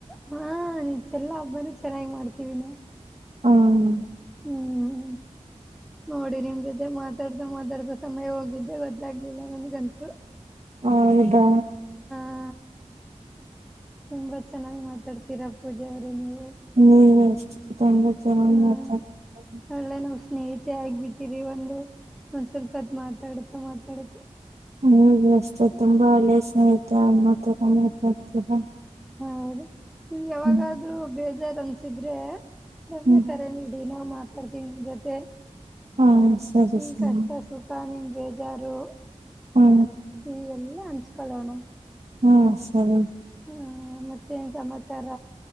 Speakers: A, in the centre; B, on the right.
A: ಹಾ ನಿ ಚೆಲ್ಲ ಹಬ್ಬಾನು ಚೆನ್ನಾಗಿ ಮಾಡ್ತೀವಿ ನಾವು.
B: ಹ್ಮ.
A: ಹ್ಮ್ ನೋಡಿ ನಿಮ್ ಜೊತೆ ಮಾತಾಡ್ತಾ ಮಾತಾಡ್ತಾ ಸಮಯ ಹೋಗಿದ್ದೆ ಗೊತ್ತಾಗ್ಲಿಲ್ಲ ನನ್ಗಂತ್ರು.
B: ಹಾ <unintelligible> ತಾ
A: ಹಾ ತುಂಬಾ ಚೆನ್ನಾಗಿ ಮಾತಾಡ್ತೀರಾ ಪೂಜ ಅವ್ರೆ ನೀವು
B: ನೀವೆಷ್ಟು ತುಂಬಾ ಚೆನ್ನಾಗಿ
A: ಹ್ಮ
B: ಮಾತಾಡ್ತೀರಾ
A: ಒಳ್ಳೆ ನಮ್ ಸ್ನೇಹಿತೆ ಆಗ್ಬಿಟ್ಟಿರಿ ಒಂದು ಒಂದ್ ಸ್ವಲ್ಪತ್ ಮಾತಾಡುತ್ತ ಮಾತಾಡುತ್ತ
B: ಹ್ಮ್ ನೀವುಷ್ಟೇ ತುಂಬಾ ಒಳ್ಳೆ ಸ್ನೇಹಿತೆ ಅನ್ನೋತರ ಮಾತಾಡ್ತೀರಾ
A: ಹೌದು ನಿಮ್ಗೆ ಯಾವಾಗಾದ್ರೂ
B: ಹ್ಮ್
A: ಬೇಜಾರ--. ಅನ್ಸಿದ್ರೆ--. ನಮ್ಗೆ
B: ಹ್ಮ್
A: ಕರೆ ನೀಡ್ ದಿನಾ ಮಾತಾಡ್ತೀವಿ ನಿಮ್ ಜೊತೆ
B: ಹಾ ಸರಿ
A: ನಿಮ್
B: ಸರಿ
A: ಕಷ್ಟ ಸುಖ ನಿಮ್ದು. ಬೇಜಾರು--.
B: ಹಾ
A: ಸಿ ಎಲ್ಲ ಅಂಚ್ ಕಳಾಣಾ.
B: ಹ ಸರಿ ಮ
A: ಹ್ಮ ಮತ್ತೆನ್ ಸಮಾಚಾರ